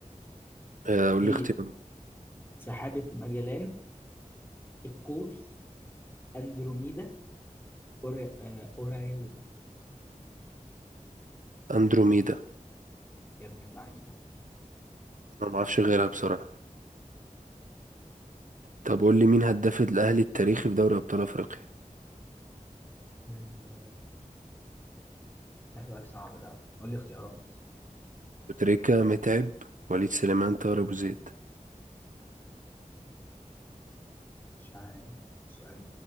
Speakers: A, on the right; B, on the left.
A: آه، قول
B: هي
A: لي اختيار
B: سحابة ماجلان القوس اندروميدا أوري... آه، اوراريون
A: اندروميدا
B: يا ابن اللعيبه
A: انا معرفش غيرها بسرعة طب قول لي مين هداف الأهلي التاريخي في دوري أبطال أفريقيا
B: آه، ده سؤال صعب ده قول لي اختيارات
A: وتريكة متعب وليد سليمان طاهر أبو زيد
B: مش عارف سؤال